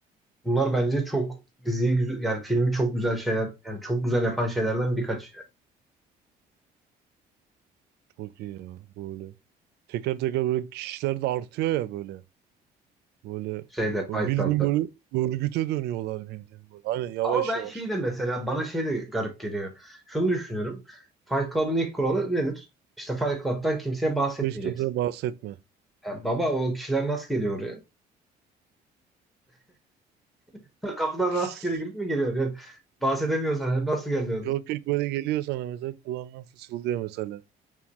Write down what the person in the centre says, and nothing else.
bunlar bence çok diziyi güzel, yani filmi çok güzel şeyler, yani çok güzel yapan şeylerden birkaç yani.
Şeyde
Fight
Club'da.
Ama ben
şey de mesela bana şey de garip geliyor. Şunu düşünüyorum. Fight Club'ın ilk kuralı nedir? İşte Fight Club'tan kimseye bahsetmeyeceksin.
Ya baba o kişiler nasıl geliyor oraya? <laughs> Kapıdan
rastgele girip mi geliyor? Yani bahsedemiyorsan yani nasıl geliyor?